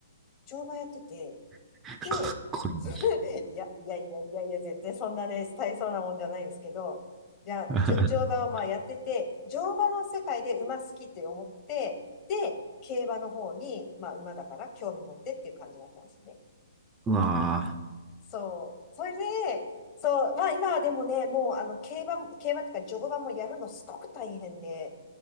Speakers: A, on the left (about 30°); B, on the right (about 15°).
A: 乗馬やってて、
B: <laughs> かっこいい。
A: で、<laughs> いや、いやいやいやいや、全然そんなね、大層なもんじゃないんですけど、じゃあ、
B: <laughs>
A: じょ乗馬をまあやってて、乗馬の世界で馬好きって思って、で、競馬の方に、まあ馬だから興味持ってっていう感じだったんですよね。
B: うわー
A: そう。それで、そう、まあ今はでもね、もうあの、競馬、競馬っていうか乗馬もやるのすごく大変で、